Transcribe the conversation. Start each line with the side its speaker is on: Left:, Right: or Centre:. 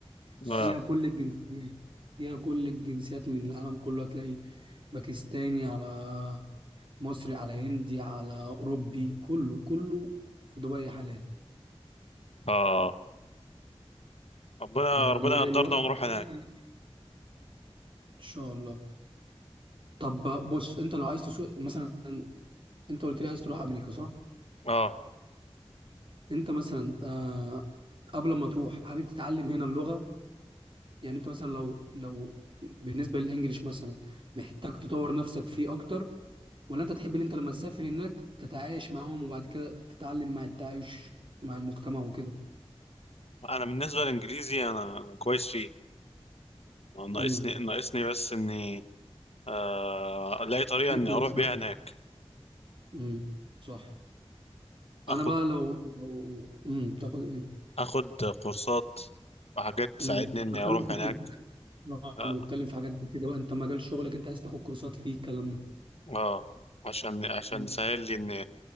Right: فيها
Left: اه
Right: كل الجنسيات فيها كل الجنسيات من العالم كله هتلاقي باكستاني على مصري على هندي على أوروبي كله كله في دبي حاليا
Left: اه ربنا
Right: يعني
Left: ربنا
Right: دبي
Left: يقدرنا
Right: الوقت
Left: ونروح هناك
Right: إن شاء الله طب بص أنت لو عايز تسوق مثلا أنت قلت لي عايز تروح أمريكا صح؟
Left: اه
Right: أنت مثلا آه قبل ما تروح حابب تتعلم هنا اللغة يعني أنت مثلا لو لو بالنسبة للإنجليش مثلا محتاج تطور نفسك فيه أكتر ولا انت تحب ان انت لما تسافر هناك تتعايش معاهم وبعد كده تتعلم مع التعايش مع المجتمع وكده
Left: انا بالنسبه للانجليزي انا أنا كويس فيه ناقصني
Right: امم
Left: ناقصني بس اني آه، الاقي طريقه
Right: تركب
Left: اني
Right: الخيل.
Left: اروح بيها هناك
Right: امم صح
Left: اخد
Right: انا بقى لو لو امم تاخد ايه
Left: اخد كورسات وحاجات تساعدني
Right: امم
Left: اني
Right: بتكلم
Left: اروح
Right: في
Left: هناك
Right: كده آه،
Left: اه
Right: انا بتكلم في حاجات زي كده بقى انت مجال شغلك انت عايز تاخد كورسات فيه الكلام ده
Left: آه. عشان عشان
Right: مم.
Left: يسهل لي اني